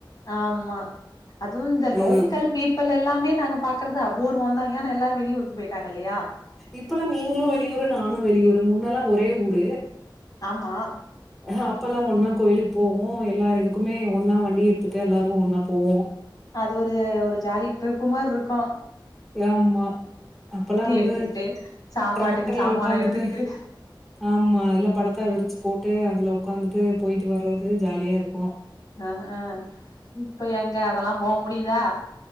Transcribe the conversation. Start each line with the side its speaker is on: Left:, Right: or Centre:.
Left: ஆமா அதுவு இந்த
Centre: ம்.
Left: லோக்கல் பீப் இப்பல்ல எல்லாமே நாங்க பாக்குறதா அபோர்வந்தா ஏன்னா எல்லாரு வெளி ஊருக்கு போயிட்டாங்க இல்லையா
Centre: இப்பல்லா நீங்ளு வெளியூரு நானு வெளியூரு முன்னல்லா ஒரே ஊரு
Left: ஆமா
Centre: அ அ அப்பல்லா ஒன்னா கோயிலுக் போவோ எல்லா இதுக்குமே ஒன்னா வண்டி எடுத்துட்டு எல்லாரு ஒன்னா போவோ
Left: அது ஒரு ஒரு ஜாலி ட்ரிப்பு மார்ருக்கு
Centre: ஆமா அப்பல்லா வந்து
Left: எடுத்துக்கிட்டு சாப்பாட்டுக்கு
Centre: டிராக்டர்ல
Left: சாமான
Centre: உக்காந்துட்டு
Left: எடுத்துக்கிட்டு
Centre: ஆமா அதல்லா படத்தா விரிச்சு போட்டு அதுல உக்காந்துட்டு போயிட்டு வர்றது ஜாலியா இருக்கு
Left: அ அ இப்ப எங்க அதல்லா போ முடிதா